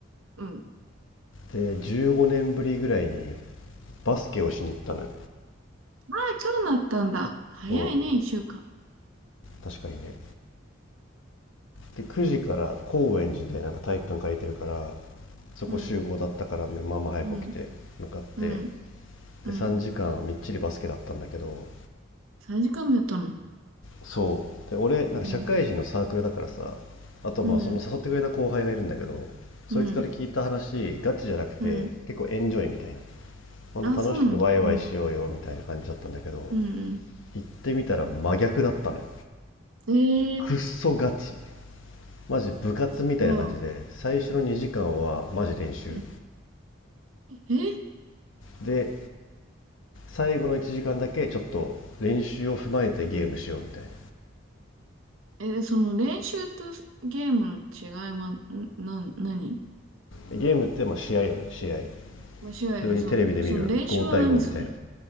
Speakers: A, on the right; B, on the left.
A: うん。
B: で、15年ぶりぐらいにバスケをしに行ったのよ。
A: ああ、今日なったんだ。早いね、
B: そう、
A: 一週間。
B: 確かにね。で、9時から高円寺でなんか体育館借りてるから、そこ集合だったからね、
A: うん。
B: まあまあ早く起きて向かって、
A: うん。うん。うん。
B: で、3時間みっちりバスケだったんだけど、
A: 三時間もやったの。
B: そうで俺なんか社会人のサークルだからさ
A: うん
B: あとまあその誘ってくれた後輩がいるんだけどそいつから聞いた話ガチじゃなくて結構エンジョイみたいな
A: うんうんうん。
B: ほんと楽しくワイワイしようよみたいな感じだったんだけど
A: あ、そうなんだ。うんうん
B: 行ってみたら真逆だったのよ
A: うん。えー、
B: くっそガチマジ部活みたいな感じで最初の2時間はマジ練習
A: わ。うん。え、
B: で最後の1時間だけちょっと練習を踏まえてゲームしようみたいな
A: え、その練習とゲームの違いは、うん、なん、何？
B: ゲームってまあ試合よね試合
A: ま、違い、
B: 普通にテレビで見る5対5みたいな
A: そ、その練習は何する？